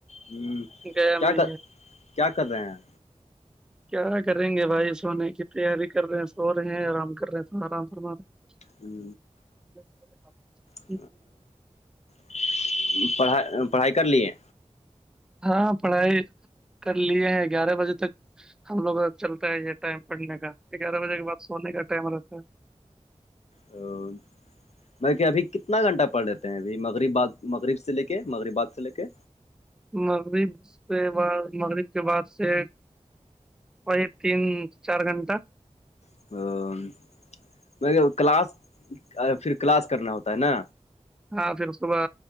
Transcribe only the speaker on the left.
ہم
کیا
کر کیا کر رہے ہیں
ہم
۔ <unintelligible> پڑھائی پڑھائی کر لیے
ہاں میں کیا ابھی کتنا گھنٹہ پڑھ لیتے ہیں ابھی مغرباد مغرب سے لے کے مغرباد سے لے کے
۔ <unintelligible> کلاس پھر کلاس کرنا ہوتا ہے نا